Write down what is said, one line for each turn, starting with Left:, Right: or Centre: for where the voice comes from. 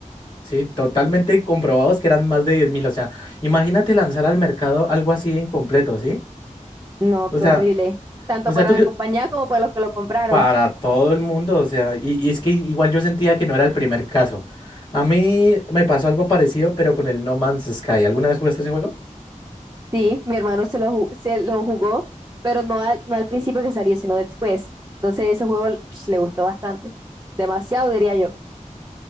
Left: Sí, totalmente comprobados que eran más de 10.000. O sea, imagínate lanzar al mercado algo así de incompleto, ¿sí?
Right: No,
Left: O
Right: qué
Left: sea,
Right: horrible. Tanto
Left: o sea,
Right: para
Left: tú
Right: la
Left: que
Right: compañía como para los que lo compraron.
Left: para todo el mundo, o sea, y, y es que igual yo sentía que no era el primer caso. A mí me pasó algo parecido, pero con el No Man's Sky. ¿Alguna vez jugaste ese juego?
Right: Sí, mi hermano se lo, ju- se lo jugó, pero no al, no al principio que salió, sino después. Entonces ese juego ush, le gustó bastante. Demasiado, diría yo.